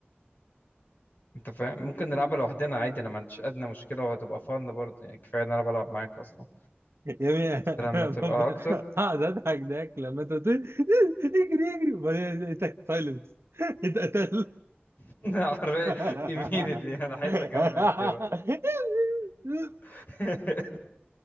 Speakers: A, on the left; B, on the right.
A: انت فاهم ممكن نلعبها لوحدنا عادي انا ما عنديش ادنى مشكلة وهتبقى فن برضه يعني كفاية ان انا بلعب معاك اصلا
B: يا ابني
A: بس
B: <laughs>
A: لما تبقى
B: بابا
A: اكتر
B: هقعد اضحك ضحك لما انت قلت لي <laughs> اجري اجري وبعدين لقيتك سايلنس اتقتل
A: <laughs> عارف
B: <laughs>
A: immediately انا عايز اكمل كده <laughs>